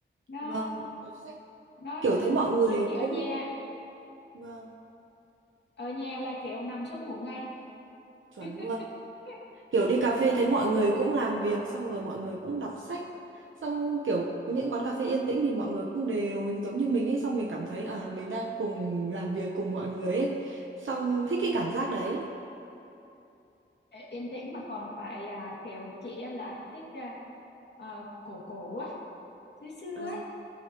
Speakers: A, on the left (about 60°); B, on the right (about 80°).
A: nó
B: vâng đọc sách
A: nó
B: kiểu
A: nó
B: thấy mọi người
A: kiểu khi ở
B: cũng
A: nhà
B: vâng
A: ở nhà là kiểu nằm xuống ngủ ngay
B: chuẩn
A: <laughs>
B: luôn kiểu đi cà phê thấy mọi người cũng làm việc xong rồi mọi người cũng đọc sách xong kiểu những quán cà phê yên tĩnh thì mọi người cũng đều giống như mình ấy xong mình cảm thấy à mình đang cùng làm việc cùng mọi người ấy xong thích cái cảm giác đấy
A: Ê, yên tĩnh mà còn phải à, kiểu chị á là thích à, à, cổ cổ á xưa xưa
B: Ờ,
A: ấy